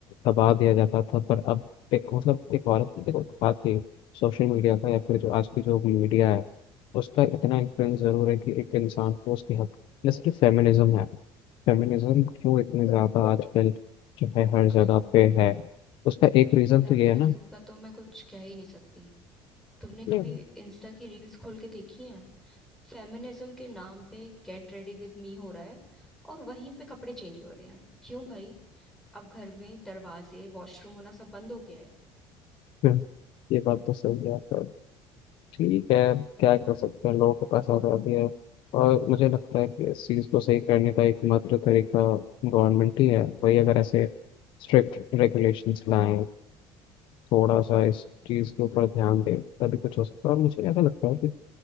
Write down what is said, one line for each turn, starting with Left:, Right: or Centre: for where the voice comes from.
Left: दबा दिया जाता था पर अब एक मतलब एक औरत की देखो बात ये सोशल मीडिया का या फिर जो आज की जो मीडिया है उसका इतना इन्फ्लुएंस ज़रूर है कि एक इंसान को उसकी हक जैसे कि फेमिनिज्म है फेमिनिज्म क्यों इतने ज़्यादा आजकल चाहे हर
Centre: अरे
Left: जगह पे है उसका एक रीजन
Centre: फेमिनिज्म
Left: तो ये है ना
Centre: का तो मैं कुछ कह ही नहीं सकती तुमने कभी
Left: नहीं
Centre: इंस्टा की रील्स खोल के देखी है फेमिनिज्म के नाम पे गेट रेडी विद मी हो रहा है और वहीं पे कपड़े चेंज हो रहे हैं क्यों भाई अब घर में दरवाजे वॉशरूम होना सब बंद हो गया है
Left: हम्म। ये बात तो सही है पर ठीक है क्या कर सकते हैं लोगों के पास आज़ादी है और मुझे लगता है कि इस चीज़ को सही करने का एकमात्र तरीका गवर्नमेंट ही है वही अगर ऐसे स्ट्रिक्ट रेगुलेशंस लाएं थोड़ा सा इस चीज़ के ऊपर ध्यान दें तभी कुछ हो सकता है और मुझे ऐसा लगता है कि